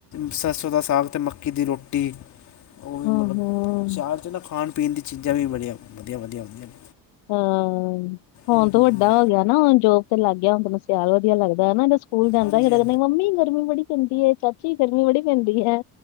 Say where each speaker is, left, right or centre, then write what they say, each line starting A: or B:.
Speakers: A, on the left; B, on the left.
A: ਸਰਸੋਂ ਦਾ ਸਾਗ ਤੇ ਮੱਕੀ ਦੀ ਰੋਟੀ, ਓ ਵੀ
B: ਹੂੰ
A: ਮਤਲਬ
B: ਹੂੰ
A: ਸਿਆਲ ਚ ਨਾ ਖਾਨ ਪੀਨ ਦੀ ਚੀਜ਼ਾਂ ਵੀ ਬੜੀਆਂ ਵਦੀਆ-ਵਦੀਆ ਹੁੰਦੀਆਂ ਨੇ।
B: ਹਾਂ, ਹੁਨ
A: ਹੂੰ
B: ਤੇ
A: ਹੂੰ
B: ਵੱਡਾ
A: ਹੂੰ
B: ਹੋ ਗੇਆ ਨਾ ਹੁਨ ਜੋਬ ਤੇ ਲਾਗੇਆ ਹੁਨ ਤੈਨੂੰ ਸਿਆਲ ਵਦੀਆ ਲੱਗਦਾ ਨਾ ਸਕੂਲ ਜਾਂਦਾ
A: ਹਾਂਜੀ
B: ਕੈਂਦਾ-ਕੈਂਦਾ
A: ਹਾਂਜੀ
B: ਮੰਮੀ ਗਰਮੀ ਬੜੀ ਪੈਂਦੀ ਏ ਚਾਚੀ ਗਰਮੀ ਬੜੀ ਪੈਂਦੀ ਐ।